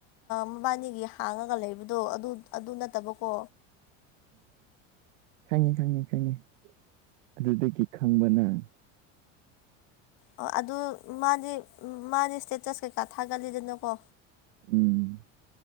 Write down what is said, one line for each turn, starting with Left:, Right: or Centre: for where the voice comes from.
Left: ꯃꯕꯅꯤꯒꯤ ꯍꯥꯡꯉꯒ ꯂꯩꯕꯗꯣ ꯑꯗꯨ ꯑꯗꯨ ꯅꯠꯇꯕꯀꯣ
Right: ꯈꯪꯉꯤ ꯈꯪꯉꯤ ꯈꯪꯉꯤ ꯑꯗꯨꯗꯒꯤ ꯈꯪꯕ ꯅꯪ
Left: ꯑꯣ ꯑꯗꯨ ꯃꯥꯗꯤ ꯃꯥꯗꯤ ꯏꯁꯇꯦꯇꯁ ꯀꯩꯀꯥ ꯊꯥꯒꯠꯂꯤꯗꯅꯀꯣ
Right: ꯎꯝ